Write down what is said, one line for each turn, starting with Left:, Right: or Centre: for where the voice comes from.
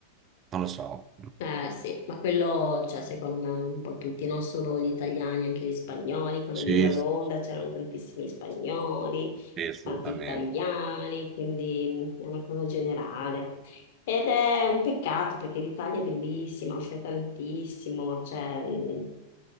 Right: non lo so.
Left: Eh sì, ma quello, cioè, secondo me, un po' tutti, non solo gli italiani, anche gli spagnoli. Quando
Right: Sì,
Left: vivevo a Londra
Right: sì,
Left: c'erano tantissimi spagnoli,
Right: sì, assolutamente.
Left: tanti italiani, quindi è una cosa generale. Ed è un peccato perché l'Italia è bellissima, offre tantissimo, cioè, mm,